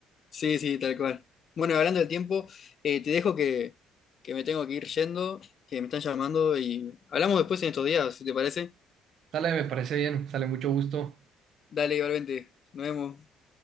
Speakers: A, on the left; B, on the right.
A: Sí, sí, tal cual. Bueno, hablando del tiempo, eh, te dejo que, que me tengo que ir yendo, que me están llamando y hablamos después en estos días, si te parece.
B: sale, me parece bien, sale mucho gusto.
A: Dale, igualmente, nos vemos.